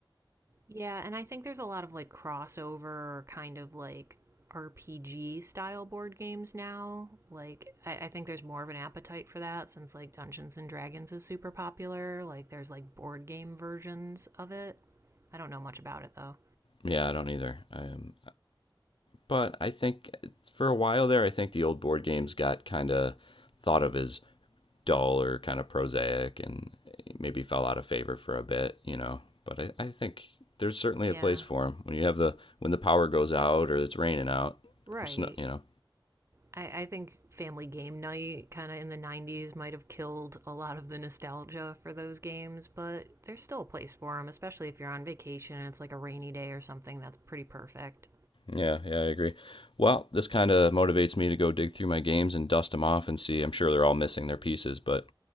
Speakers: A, on the right; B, on the left.
A: Yeah, and I think there's a lot of like crossover kind of like RPG style board games now. Like, I, I think there's more of an appetite for that since like Dungeons and Dragons is super popular. Like, there's like board game versions of it. I don't know much about it though.
B: yeah i don't either um, but i think for a while there i think the old board games got kind of thought of as dull or kind of prosaic and maybe fell out of favor for a bit, you know. But I, I think there's certainly
A: Yeah.
B: a place for them when you have the when the power goes out or it's raining out
A: Right.
B: or snow, you know.
A: I, I think Family Game Night kind of in the 90s might have killed a lot of the nostalgia for those games, but there's still a place for them, especially if you're on vacation and it's like a rainy day or something. That's pretty perfect.
B: Yeah, yeah, I agree. Well, this kind of motivates me to go dig through my games and dust them off and see. I'm sure they're all missing their pieces, but